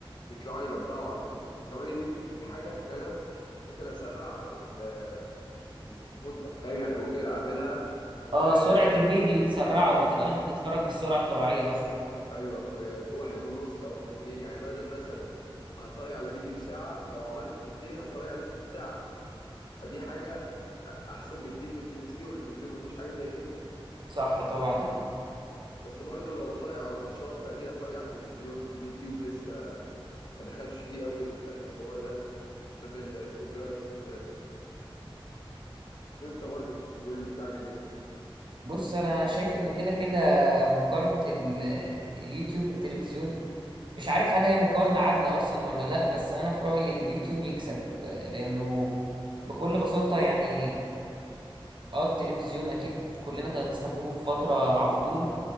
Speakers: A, on the left (about 55°); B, on the right (about 60°).
A: بيطلع لي ببدأه على طول وكمان اليوتيوب فيه حاجة إن أنا ممكن أسرع ال- ال- المدة فاهم يعني ممكن أعملها
B: اه
A: آه,
B: سرعة الفيديو تسرعه
A: آه
B: وما تبقاش بتتفرج بالسرعة الطبيعية قصدي
A: أيوه في في واحد ونص أو في اتنين يعني بدل مثلا ما هتفرج على فيديو ساعة لو عملته في اتنين هتفرج عليه في نص ساعة ودي حاجه احسن بكتير من التلفزيون التلفزيون ما فيهوش حاجه زي كده
B: صح
A: بس
B: طبعا اكيد
A: بس برضه لو بتفرج على ماتشات فاكيد هتفرج على التلفزيون اليوتيوب لسه ما دخلش فيه قوي ال- الحوار ده عشان ال- الكوبي رايتس وكده وانت برضه تقول لي بتعمل ايه
B: بص انا شايف انه كده كده مقارنة ال- اليوتيوب بالتلفزيون مش عارف هل هي مقارنة عادلة اصلا ولا لا بس انا في رأيي اليوتيوب يكسب لانه بكل بساطة يعني اه التلفزيون اكيد كلنا كنا بنستخدمه في فترة على طول